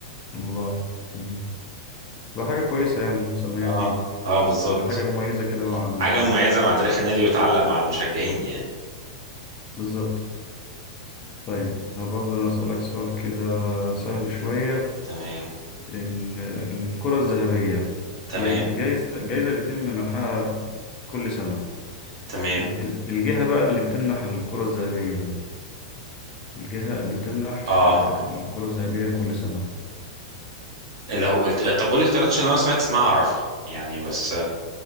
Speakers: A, on the left (about 25°); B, on the right (about 55°).
A: والله مم. تبقى حاجة كويسة يعني المسميات
B: اه
A: دي
B: اه بالظبط
A: تبقى حاجة مميزة كده مع ال
B: حاجة مميزة مع تاريخ النادي وتعلق مع المشجعين يعني
A: بالظبط طيب برضه أنا أسألك سؤال كده سهل شوية
B: تمام
A: ال- الكرة الذهبية
B: تمام
A: هي جايزة جايزة بيتم منحها كل سنة
B: تمام
A: ال- ال- الجهة بقى اللي بتمنح الكرة الذهبية دي الجهة اللي بتمنح
B: اه
A: آه، الكرة الذهبية كل سنة
B: لو قلت طب قول لي اختيارات عشان لو سمعت اسمها اعرفها يعني بس